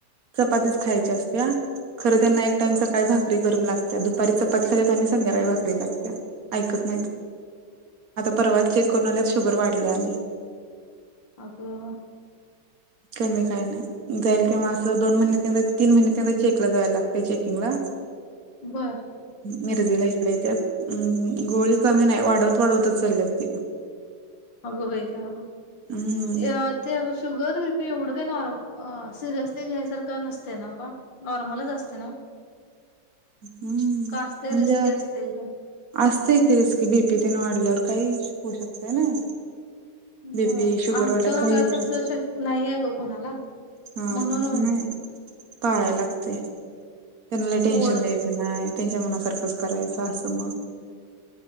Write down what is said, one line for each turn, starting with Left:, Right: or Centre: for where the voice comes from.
Right: चपातीच खायची असत्या खर त्यांना एक टाईम
Left: बर
Right: सकाळी भाकरी भाकरी गरम लागत्या दुपारी चपाती खालीत आणि संध्याकाळी भाकरी लागत्या ऐकत नाहीत. परवाच चेक करून आल्यात शुगर वाढल्या आणि
Left: अगं
Right: कमी कायं नाय. जाईल तेव्हा असं दोन महिन्यातन एकदा तीन महिन्यातन एकदा चेक ला जायला लागत चेकिंग ला
Left: बरं
Right: मिरजीला इकडे येत्यात गोळी कमी नाही वाढवत वाढवतच चालल्यात. <unintelligible>
Left: अगं बाई ना
Right: हम्म
Left: <unintelligible> ते अगं शुगर, बीपी एवढं का नॉर्म अ सिरियसली घ्यायसारखं नसतय ना मग नॉर्मलच असतय नव्ह
Right: हम्म
Left: का असतय
Right: म्हणजे
Left: रिस्की असते एकदम
Right: असतय की रिस्की बीपी तेन वाढल्यावर काही होऊ शकते ना बीपी
Left: बर
Right: शुगर
Left: आमच्या
Right: वाढल्यावर काही
Left: घरात
Right: होऊ
Left: असं
Right: शकत
Left: शक नाही आहे ग कोणाला
Right: हा
Left: म्हणून
Right: ह नाही पाळाय लागतय त्यांनाला टेन्शन लय टेन्शन
Left: गोड
Right: द्यायच नाही त्यांच्या मनासारखंच करायचं असं मग